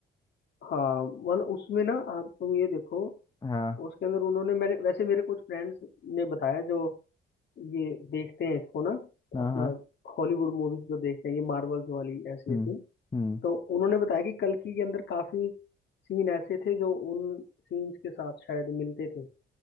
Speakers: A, on the left; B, on the left.
A: हाँ मतलब उसमें ना आप तुम ये देखो
B: हाँ
A: उसके अंदर उन्होंने मेरे वैसे मेरे कुछ फ्रेंड्स ने बताया जो ये देखते हैं इसको ना
B: हाँ
A: अपना
B: हाँ
A: हॉलीवुड मूवीज जो देखते हैं ये मार्वल्स वाली ऐसी
B: हम्म
A: ऐसी
B: हम्म
A: तो उन्होंने बताया कि कल्कि के अंदर काफी सीन ऐसे थे जो उन सीन्स के साथ शायद मिलते थे